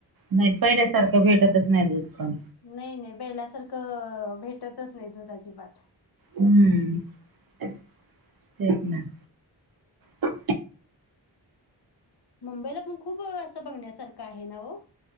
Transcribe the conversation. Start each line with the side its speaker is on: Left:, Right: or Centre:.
Right: नाही पहिल्यासारखं भेटतच नाही दुध पण
Left: नाही नाही पहिल्यासारखं भेटतच नाही दुधाची बात.
Right: हम्म, तेच ना. हो
Left: मंबयला पण खूप असं बघण्यासारखं आहे ना हो?